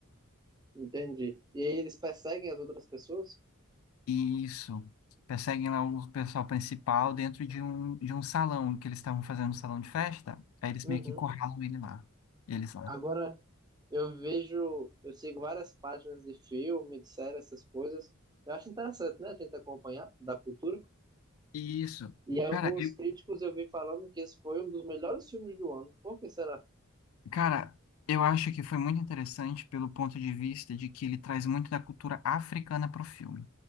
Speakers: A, on the right; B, on the left.
A: Entendi. E aí eles perseguem as outras pessoas?
B: Isso. Perseguem lá o pessoal principal dentro de um, de um salão que eles estavam fazendo um salão de festa. Aí eles
A: Uhum.
B: meio que encurralam ele lá. Eles lá.
A: Agora eu vejo, eu sigo várias páginas de filme, de série, essas coisas. Eu acho interessante, né, a gente acompanhar da cultura.
B: Isso.
A: E alguns
B: Cara, eu,
A: críticos eu vi falando que esse foi um dos melhores filmes do ano. Por que será?
B: cara, eu acho que foi muito interessante pelo ponto de vista de que ele traz muito da cultura africana pro filme,